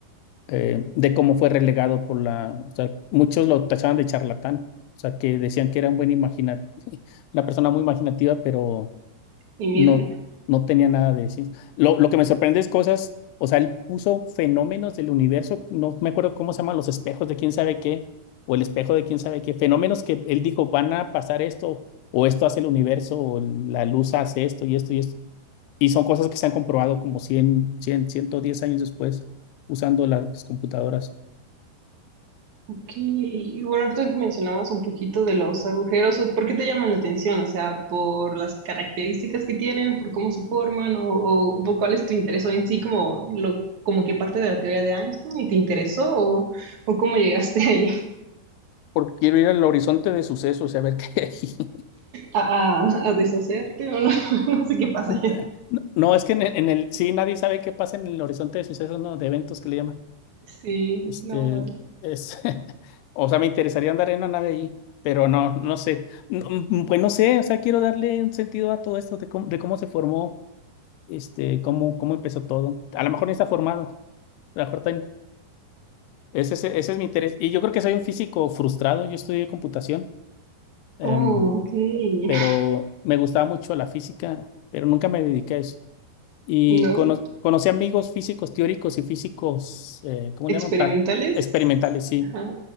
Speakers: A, on the left; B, on the right.
A: eh, de cómo fue relegado por la, o sea, muchos lo tachaban de charlatán, o sea, que decían que era un buen imagina, <laughs> una persona muy imaginativa, pero
B: Y mira,
A: No, no tenía nada de ciencia. Lo, lo que me sorprende es cosas, o sea, él puso fenómenos del universo, no me acuerdo cómo se llaman los espejos de quién sabe qué, o el espejo de quién sabe qué, fenómenos que él dijo, van a pasar esto, o esto hace el universo, o la luz hace esto y esto y esto. Y son cosas que se han comprobado como cien cien ciento diez años después usando las computadoras.
B: ok. Y Bueno, ahorita que mencionabas un poquito de los agujeros, ¿o ¿por qué te llaman la atención? O sea, por las características que tienen, por cómo se forman, o, o por cuál es tu interés o en sí, como lo, como que parte de la teoría de Einstein y te interesó, o, o cómo llegaste ahí
A: Porque quiero ir al horizonte de sucesos y a ver qué hay.
B: a, a- a deshacerte, o no, <laughs> no sé qué pasa.
A: <laughs> No, no, es que en el, en el- sí nadie sabe qué pasa en el horizonte de sucesos, no, de eventos que le llaman.
B: Sí,
A: Este,
B: no. eh.
A: es, <laughs> o sea, me interesaría andar en una nave ahí, pero no, no sé. No, mm, Pues no sé, o sea, quiero darle un sentido a todo esto de cómo, de cómo se formó, este, cómo, cómo empezó todo. A lo mejor no está formado. A lo mejor también- ese, es- ese es mi interés. Y yo creo que soy un físico frustrado. Yo estudié computación, em,
B: Oh, ok.
A: pero
B: <laughs>
A: me gustaba mucho la física, pero nunca me dediqué a eso. Y
B: No,
A: cono- conocí amigos físicos teóricos y físicos, eh, ¿cómo
B: experimentales.
A: le llaman? Prac- experimentales, sí
B: Ajá.